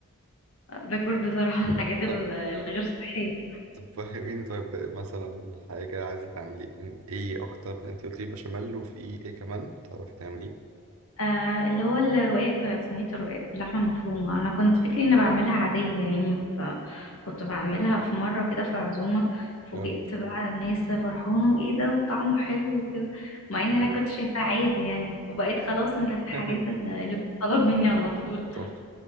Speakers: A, on the left; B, on the right.
A: ب- باكل بصراحه <laughs> الحاجات ال-
B: طب
A: الغير صحيه
B: طب فهميني طيب مثلا حاجة عايزة تعملي من إيه أكتر أنت قلتي بشاميل وفي إيه كمان بتعرفي تعمليه؟
A: آه اللي هو الرقاق ب- صينيه الرقاق باللحمه المفرومه انا كنت فكري اني بعملها عاديه يعني فكنت بعملها في مره كده في عزومه فوجئت
B: أه
A: بقى الناس فرحانه وايه ده وطعمه حلو وكده مع ان انا
B: عارف.
A: كنت شايفاه عادي يعني وبقيت خلاص من الحاجات
B: <laughs>
A: ال- اللي بتطلب مني على طول
B: طب